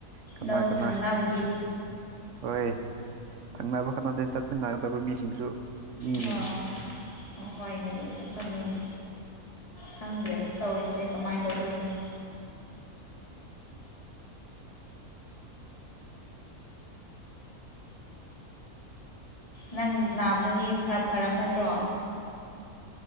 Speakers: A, on the right; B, on the left.
A: ꯀꯅꯥ
B: ꯂꯧ
A: ꯀꯅꯥ
B: ꯊꯪꯅꯕꯒꯤ
A: ꯫ ꯍꯣꯏ ꯊꯪꯅꯕ ꯈꯠꯅꯗꯅ ꯆꯠꯃꯤꯟꯅꯒꯗꯕ ꯃꯤꯁꯤꯡꯁꯨ ꯃꯤꯅꯤꯅꯦ
B: ꯍꯣ ꯑꯣ ꯍꯣꯏꯅꯦ ꯑꯗꯨꯁꯨ ꯆꯨꯝꯃꯤꯅꯦ ꯈꯪꯗ꯭ꯔꯦ ꯇꯧꯔꯤꯁꯦ ꯀꯃꯥꯏꯅ ꯇꯧꯗꯣꯏꯅꯣ ꯫ ꯅꯪ ꯅꯥꯕꯗꯗꯤ ꯈꯔ ꯐꯔꯕ ꯅꯠꯇ꯭ꯔꯣ